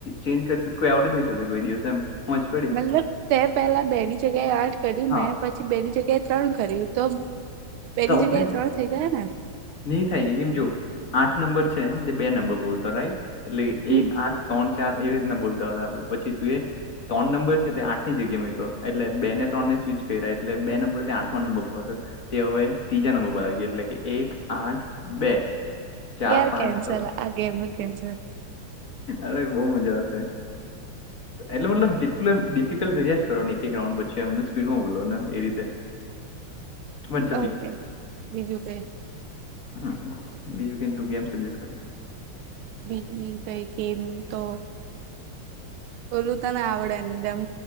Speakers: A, on the left (about 50°); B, on the right (about 80°).
A: ચેન્જ કરશે કોઈ આવડ જ નહીં થશે. કરી દ છે એમ. પહોંચ પડી
B: મતલબ તે પહેલા બેની જગ્યાએ આઠ કર્યું
A: હા
B: મેં પછી બેની જગ્યાએ ત્રણ કર્યું. તો પેલી
A: તો
B: જગ્યાએ
A: ઉભરે
B: ત્રણ થઇ ગયા ને.
A: નહી થાય કેમ જો આઠ નંબર છે તે બે નંબર પરતો રાઈટ. એટલે
B: હમ
A: એક આઠ ત્રણ ચાર એવી રીતના બોલતા હતા આપડે પછી તું એ. ત્રણ નંબર છે તે આઠ ની જગ્યા મૂક્યો એટલે બે ને ત્રણ ને સ્વીિચ કર્યા એટલે બે નંબર તે આઠ નંબર પર તે હવે ત્રીજા નંબર પર આવી ગયો એટલે કે એક આઠ બે. ચાર
B: યાર
A: પાંચ
B: કેન્સલ
A: છ
B: આ ગેમ કેન્સલ.
A: અરે બહુ મજા આવશે એટલે મતલબ જેટલ ડિફિકલ્ટ્યા કરો ને એક એક રાઉન્ડ પછી સ્પીડમાં બોલો એ રીતે
B: <inaudible>
A: પણ
B: ઓકે બીજું ક
A: હ બીજું કે તું કેમ સજેસ્ટ કર
B: બીજી કઈ ગેમ તો ઓલું તને આવડે ને દમ